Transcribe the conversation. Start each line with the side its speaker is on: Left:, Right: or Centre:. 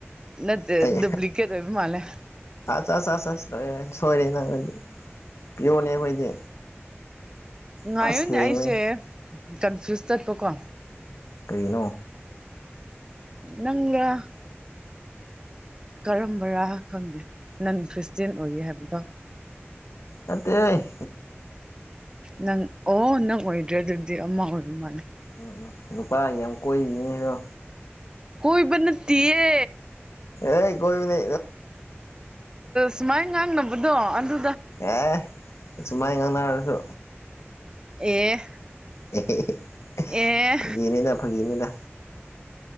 Right: ꯅꯠꯇꯦ
Left: ꯑꯩ
Right: ꯗꯨꯄ꯭ꯂꯤꯀꯦꯠ ꯑꯣꯏꯕ ꯃꯥꯜꯂꯦ
Left: ꯆ ꯆ ꯆ ꯅꯩ ꯁꯣꯏꯔꯦꯅꯪ ꯄꯤꯌꯣꯅꯦ ꯑꯩꯈꯣꯏꯗꯤ
Right: ꯉꯥꯏꯌꯣꯅꯦ
Left: ꯄꯁꯦꯡꯕꯅꯤ
Right: ꯑꯩꯁꯦ ꯀꯟꯐ꯭ꯌꯨꯁ ꯇꯠꯄꯀꯣ
Left: ꯀꯔꯤꯅꯣ
Right: ꯅꯪꯪꯂ ꯀꯔꯝꯕꯔꯥ ꯈꯪꯗꯦ ꯅꯟ ꯈ꯭ꯔꯤꯁꯇꯦꯟ ꯑꯣꯏꯌꯦ ꯍꯥꯏꯕꯗꯣ
Left: ꯅꯇꯦ
Right: ꯅꯪ ꯑꯣ ꯅꯪ ꯑꯣꯏꯗ꯭ꯔꯦ ꯑꯗꯨꯗꯤ ꯑꯃ ꯑꯣꯏꯕ ꯃꯥꯜꯂꯦ
Left: ꯎꯝ ꯎꯝ ꯅꯨꯄꯥꯒꯤ ꯌꯥꯝ ꯀꯣꯏ ꯅꯦꯗꯣ
Right: ꯀꯣꯏꯕ ꯅꯠꯇꯌꯦ
Left: ꯑꯦ ꯀꯣꯏꯕꯅꯦ
Right: ꯁꯨꯃꯥꯏꯅ ꯉꯥꯡꯅꯕꯗꯣ ꯑꯗꯨ
Left: ꯑꯦ ꯁꯨꯃꯥꯏ ꯉꯥꯡꯅꯔꯁꯨ
Right: ꯑꯦ
Left: <unintelligible>
Right: ꯑꯦ
Left: ꯐꯒꯤꯅꯤꯗ ꯐꯒꯤꯅꯤꯗ